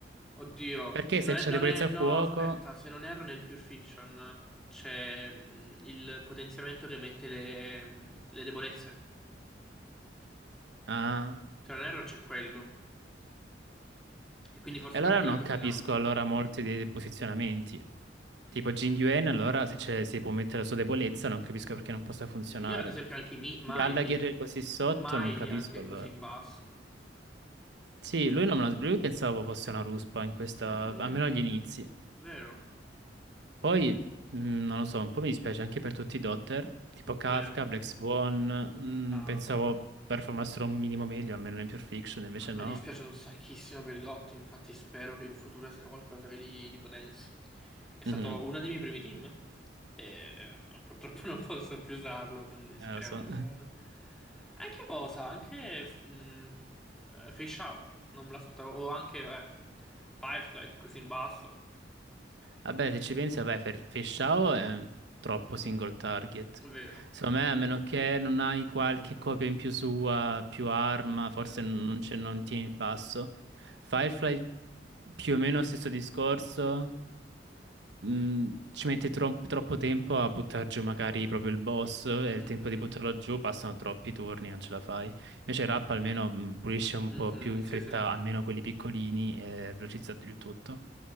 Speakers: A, in the centre; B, on the right.
A: Oddio,
B: Perché
A: se
B: se
A: non
B: c'è
A: è, non
B: debolezza
A: è- No,
B: fuoco...
A: aspetta, se non erro nel Pure Fiction c'è mh, il potenziamento che mette le, mh, le debolezze.
B: Ah.
A: Se non erro c'è quello. E quindi forse
B: E allora
A: per quello
B: non
A: è così
B: capisco
A: in alto.
B: allora molti dei posizionamenti. Tipo Jin Yuen, allora se c'è- si può mettere la sua debolezza, non capisco perché non possa funzionare.
A: Io ad esempio anche i Mi- Maidi.
B: Gallagher così sotto,
A: Maidi
B: non capisco
A: anche è
B: allora.
A: così in basso.
B: Sì, lui, non me lo- lui pensavo fosse una ruspa in questa,
A: Mhm,
B: almeno agli inizi.
A: Vero,
B: Poi, mh, non lo so, un po' mi dispiace anche per tutti i Dotter, tipo Kafka,
A: vero.
B: Black Swan, mh,
A: Ah,
B: pensavo performassero un minimo meglio, almeno in Pure Fiction, invece
A: A me
B: no.
A: dispiace un sacchissimo per i Dot, infatti spero che in futuro esca qualcosa che li, li potenzi. È stato
B: Mhm,
A: uno dei miei primi team e eh, purtroppo <laughs> non posso più usarlo, quindi speriamo
B: eh, lo so.
A: in bene. Anche cosa? Anche mm, eh, Fei Shao, non me l'aspettavo. O anche vabbè, Firefly, così in basso.
B: Vabbè, se ci pensi, vabbè, Fer- Fishao è troppo single target.
A: È vero.
B: Secondo me, a meno che non hai qualche copia in più sua, più arma, forse
A: Sì.
B: non, non c'è- non tieni il passo. Firefly, più o meno stesso discorso, mm, ci mette tro- troppo tempo a buttare giù magari proprio il boss e
A: Mhm.
B: il tempo di buttarlo giù passano troppi turni, non ce la fai. Invece Rap almeno mm, pulisce un
A: Mhm,
B: po' più in
A: Sì,
B: fretta,
A: sì.
B: almeno quelli piccolini e velocizza il tutto.